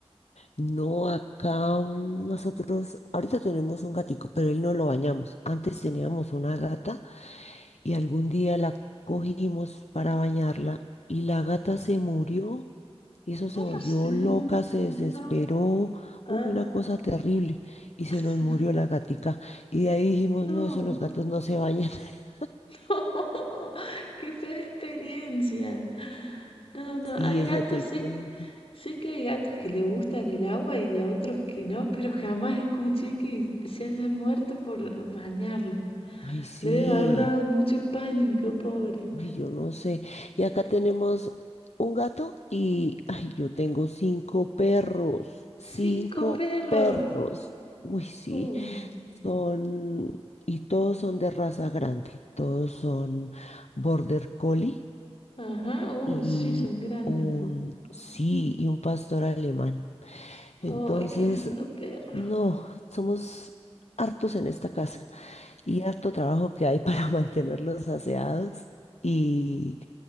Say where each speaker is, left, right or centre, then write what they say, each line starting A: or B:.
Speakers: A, on the left; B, on the left.
A: no, acá mm, nosotros ahorita tenemos un gatico, pero él no lo bañamos. Antes teníamos una gata. y algún día la cogimos para bañarla y la gata se murió. eso se
B: ¿Cómo?
A: volvió
B: se- El
A: loca, se desesperó,
B: No. Ah.
A: uy, una cosa terrible. Y se
B: <laughs>
A: nos murió la gatica. Y de ahí dijimos,
B: No.
A: no, eso los gatos no se bañan. <laughs>
B: No. <laughs> Qué fea experiencia. No, no.
A: Sí,
B: Hay
A: eso
B: gatos.
A: te
B: Sé,
A: cuento.
B: sé que hay gatos que le gustan el agua y a otros que no, pero jamás escuché que se hayan muerto por bañarla.
A: Ay, sí.
B: Le debe haber dado mucho pánico, pobre.
A: Ay, yo no sé. Y acá tenemos un gato y, ay, yo tengo cinco perros. Cinco
B: Cinco perros.
A: perros. Uy, sí.
B: Oh.
A: Son, y todos son de raza grande, todos son Border Collie
B: Ajá. Oh,
A: y
B: sí, son grandes.
A: un, sí, y un pastor alemán. Entonces,
B: ¡Ay, qué lindo perro!
A: no, somos hartos en esta casa y harto trabajo que hay para <laughs> mantenerlos aseados y,